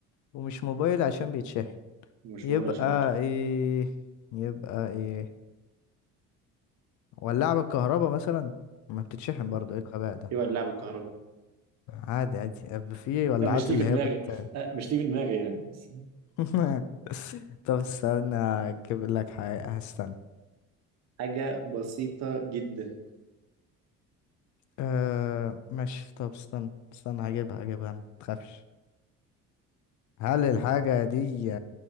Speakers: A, on the left; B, on the right.
A: ومش موبايل عشان بيتشحن
B: مش
A: يبقى
B: موبايل عشان بيت
A: ايه يبقى ايه ولاعة بالكهرباء مثلا ما بتتشحن برضه ايه الغباء ده
B: ايوه اللعب الكهربي
A: عادي عادي يبقى في
B: <laughs>
A: ولاعات
B: أنا مش دي
A: اللي
B: في
A: هي
B: دماغي
A: بت
B: أه، مش دي في دماغي يعني <laughs> بس
A: <laughs> طب استنى اجيب لك حاجة هستنى
B: حاجة بسيطة جدا
A: أه ماشي طب استنى استنى هجيبها هجيبها ما تخافش هل الحاجة دي